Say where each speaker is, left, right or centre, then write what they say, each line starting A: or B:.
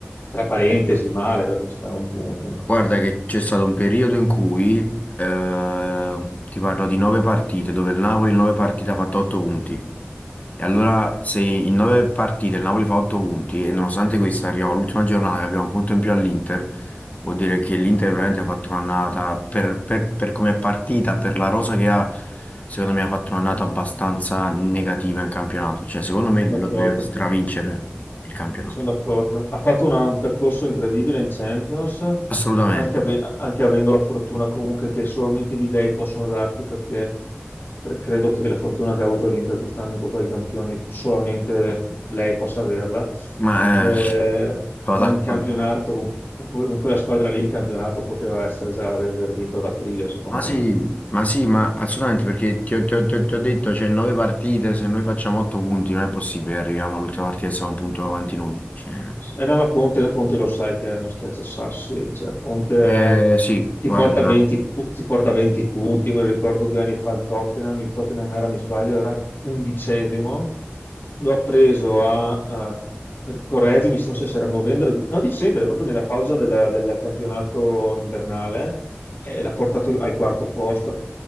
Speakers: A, on the left; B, on the left.
A: tra parentesi male, perché insomma è un punto, ma
B: Guarda che c'è stato un periodo in cui, eh, ti parlo di nove partite, dove il Napoli in nove partite ha fatto otto punti. E allora se in nove partite il Napoli fa otto punti e nonostante questo arriviamo all'ultima giornata che abbiamo un punto in più all'Inter, vuol dire che l'Inter veramente ha fatto un'annata, per, per, per come è partita, per la rosa che ha, secondo me ha fatto un'annata abbastanza negativa in campionato. Cioè secondo me
A: sono
B: lo
A: d'accordo.
B: doveva stravincere il campionato.
A: Sono d'accordo. Ha fatto una- un percorso incredibile in Champions,
B: Assolutamente.
A: anche, ave- anche avendo la fortuna comunque che solamente gli dei possono darti, perché cre- credo che la fortuna che ha avuto l'Inter quest'anno in Coppa dei Campioni solamente lei possa averla.
B: Ma...
A: Eh,
B: eh, sono
A: ma
B: d'accordo.
A: in campionato, con, con que- con quella squadra lì in campionato poteva essere già aver vinto ad aprile, secondo
B: Ma sì,
A: me.
B: ma sì, ma assolutamente perché ti ho, ti ho- ti ho- ti ho detto, c'è nove partite, se noi facciamo otto punti non è possibile, arriviamo all'ultima partita e siamo un punto avanti noi. cioè.
A: Era la Conte, la Conte lo sai che è uno schiacciasassi, cioè Conte
B: Eh,
A: è-
B: sì,
A: ti
B: guarda,
A: porta 20, pu- ti porta 20 punti, io me lo ricordo due anni fa il Tottenham, il Tottenham era, mi sbaglio, era undicesimo, lo ha preso a, a correggimi se non so se era novembre, no dicembre, proprio nella pausa della- del campionato invernale, e l'ha portato al quarto posto